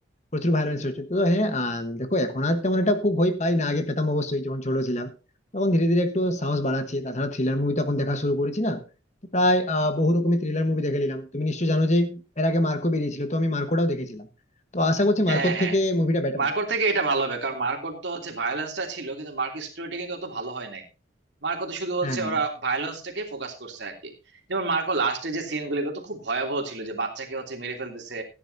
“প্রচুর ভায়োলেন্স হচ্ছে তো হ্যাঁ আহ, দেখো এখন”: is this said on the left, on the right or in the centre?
Left